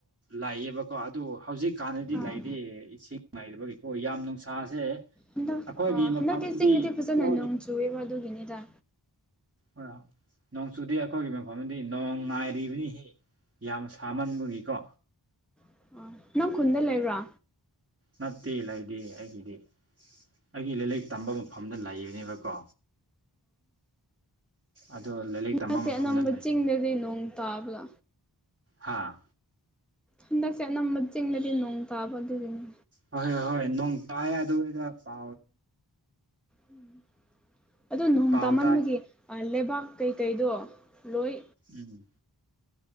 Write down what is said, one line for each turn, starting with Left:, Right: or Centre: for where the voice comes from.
Right: ꯂꯩꯥꯛꯌꯦꯕꯀꯣ ꯑꯗꯨ ꯍꯧꯖꯤꯛꯀꯥꯟꯗꯗꯤ
Centre: ꯑꯥ
Right: ꯂꯩꯔꯤ ꯏꯁꯤꯡ ꯂꯩꯥꯏꯕꯒꯤꯀꯣ ꯌꯥꯝ ꯅꯨꯡꯁꯥꯁꯦ
Centre: ꯍꯟꯗꯛ
Right: ꯑꯩꯈꯣꯏꯒꯤ ꯃꯐꯝꯗꯗꯤ
Centre: ꯍꯟꯗꯛꯀꯤ ꯆꯤꯡꯅꯗꯤ ꯐꯖꯅ
Right: ꯍꯣꯏ
Centre: ꯅꯣꯡ ꯆꯨꯑꯦꯕ ꯑꯗꯨꯒꯤꯅꯤꯗ
Right: ꯍꯣꯏ ꯅꯣꯡꯆꯨꯗꯤ ꯑꯩꯈꯣꯏꯒꯤ ꯃꯐꯝꯗꯤ ꯅꯣꯡ ꯅꯥꯏꯔꯤꯕꯅꯤ ꯁꯤ ꯌꯥꯝ ꯊꯥꯃꯟꯕꯒꯤꯀꯣ
Centre: ꯑꯁ ꯑꯥ ꯅꯪ ꯈꯨꯟꯗ ꯂꯩꯕ꯭ꯔꯥ
Right: ꯅꯠꯇꯦ ꯏꯂ ꯏꯦ ꯑꯩꯗꯦ ꯑꯩꯒꯤ ꯂꯩꯂꯛ ꯇꯝꯕ ꯃꯐꯝꯗ ꯂꯩꯕꯅꯦꯕꯀꯣ ꯑꯗꯣ ꯂꯥꯏꯔꯤꯛ ꯇꯝꯕ
Centre: ꯑꯁꯦ
Right: ꯃꯐꯝꯗ
Centre: ꯑꯅꯝꯕ ꯆꯤꯡꯗꯗꯤ ꯅꯣꯡ ꯇꯥꯕ꯭ꯔꯥ
Right: ꯍꯥꯥ
Centre: ꯍꯟꯗꯛꯁꯦ ꯑꯅꯝꯕ ꯆꯁꯤꯡꯗꯗꯤ ꯅꯣꯡ ꯇꯥꯕ ꯑꯗꯨꯗꯤꯅꯦ
Right: ꯍꯣꯏ ꯍꯣꯏ ꯍꯣꯏ ꯅꯣꯡ ꯄꯥꯏ ꯑꯗꯨꯗ ꯄ
Centre: ꯎꯝ ꯑꯗ ꯅꯣꯡ
Right: ꯄꯥꯎ
Centre: ꯇꯥꯃꯟꯕꯒꯤ
Right: ꯇꯥꯏ
Centre: ꯂꯩꯕꯥꯛ ꯀꯩꯀꯩꯗꯣ ꯂꯣꯏ
Right: ꯎꯝ